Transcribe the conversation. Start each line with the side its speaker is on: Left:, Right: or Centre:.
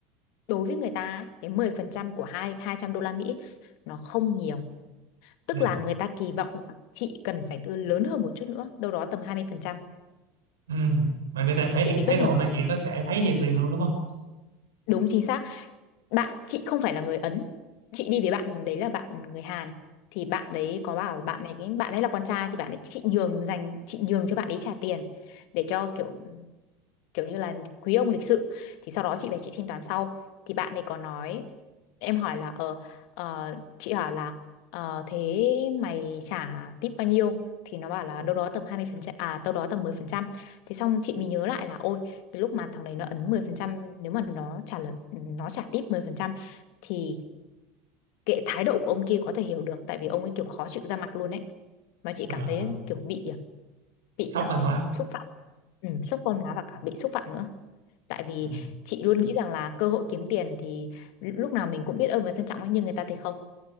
Left: đối với người ta á, cái 10% của hai 200 đô la Mỹ nó không nhiều. Tức
Right: Dạ.
Left: là người ta kỳ vọng rằng chị cần phải đưa lớn hơn một chút nữa, đâu đó tầm hai mươi phần trăm
Right: ừ. mà người ta thể hiện
Left: Chị bị
Right: thái
Left: bất
Right: độ
Left: ngờ.
Right: mà chị có thể thấy được liền luôn đúng không
Left: Đúng chính xác. bạn chị không phải là người Ấn chị đi với bạn đấy là bạn người Hàn thì bạn đấy có bảo bạn này cái bạn ấy là con trai thì bạn ấy chị nhường dành chị nhường cho bạn ấy trả tiền để cho kiểu kiểu như là quý ông lịch sự thì sau đó chị về chị thanh toán sau thì bạn ấy có nói em hỏi là ờ ờ, chị hỏi là ờ, thế mày trả tip bao nhiêu thì nó bảo là đâu đó tầm hai mươi phần trăm à đâu đó tầm mười phần trăm thế xong chị mới nhớ lại là ôi cái lúc mà thằng đấy nó ấn mười phần trăm nếu mà nó trả lời nó trả tip 10% thì kệ thái độ của ông kia có thể hiểu được tại vì ông ấy kiểu khó chịu ra mặt luôn ấy mà chị
Right: Ờ,
Left: cảm thấy kiểu bị bị
Right: sốc
Left: ờ,
Right: văn hóa
Left: xúc phạm ừ, sốc văn hóa và cả bị xúc phạm nữa tại vì
Right: ừ.
Left: chị luôn nghĩ rằng là cơ hội kiếm tiền thì lúc nào mình cũng biết ơn và trân trọng ấy, nhưng người ta thì không